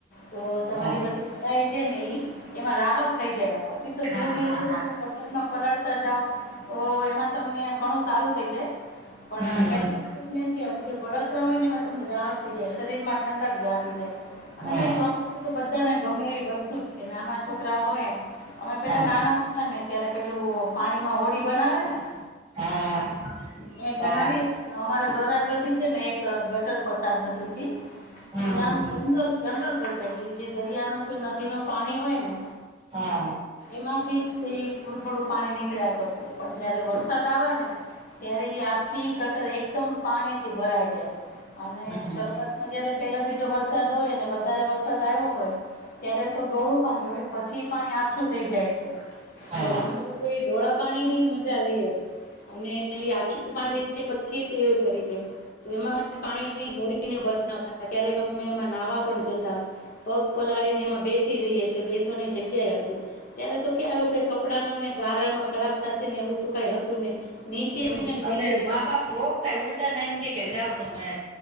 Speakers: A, on the left; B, on the right.
A: તો તમારી
B: હા
A: બધી છે ને ઈ એમાં રાહત થઈ. જયા પછી તો ધીરે
B: હા
A: ધીરે
B: હા હા
A: પલાળતા જાવ તો એમાં તમને ઘણું સારું થઈ જાય પણ
B: હમ
A: પેલા મે એમ કે જે બળતરા હોય. ને એમાં તમને રાહત થઈ જાય, શરીર માં ઠંડક વ્યાપી જાય. અને
B: હા
A: ભાઈ ચોમાસું તો બધાને ગમે એવી વસ્તુ જ છે નાના છોકરા હોય અમે પેલા
B: હા
A: નાના હતા ને ત્યારે પેલું પાણીમાં હોડી બનાવે ને
B: હા
A: બનાવી
B: હા
A: એ અમારા ઘર આગળ થી છે ને એક ગટર પસાર થતી હતી થી
B: હમ
A: ત્યા આમ જંગલ જંગલ ગટર એ જે દરિયા ન કે નદીનું પાણી હોય ને
B: હા
A: એમાંથી તે થોડું થોડું પાણી નીકળ્યા કરતું પણ જયારે વરસાદ આવે ને ત્યારે ઈ આખી ગટર એકદમ પાણીથી ભરાઈ જાય અને
B: હમ
A: શરૂઆતમાં જયારે પેલો બીજો વરસાદ હોય ને વધારે વરસાદ આવ્યો હોય ત્યારે તો ડોળું પાણી હોય પછી એ પાણી આછું થઈ જાય છે.
B: હા
A: તો અમે તો એ ડોળા પાણીની મજા લઈએ અમે એ આછું <unintelligible> પછી તે કરીએ તો એમાં પાણીની હોડીને બનાવતા ક્યારેક અમે એમાં નાહવા પણ જતા. પગ પલાળીને એમાં બેસી રહીએ તે બેસવાની જગ્યાએ હતી. ત્યારે તો ક્યાં આવ્યું કે કપડાંનું ને ગારામાં ખરાબ થશે ને એવું તો કાંઈ હતું નહીં. નીચે
B: એવું
A: એમને એમ
B: અને
A: બેસી જતા
B: મા બાપ રોકતા ઉલટાને એમ કે કે જાવ તમે.